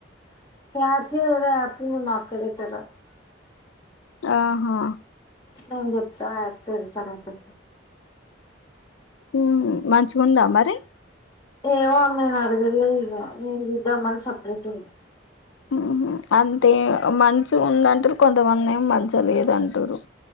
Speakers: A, on the left; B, on the left.
A: <unintelligible>
B: ఆహా.
A: ఇత్త అని జెప్తా అత్తరు చర్వాత.
B: ఉమ్ మంచిగుందా, మరి.
A: ఏమో నేన్ అరగలే ఇక మేము జెద్దామని సప్రెట్ంది.
B: ఉహు అంతే మంచి ఉందంటారు కొంతమంది, ఏం మంచిగా లేదుంటారు.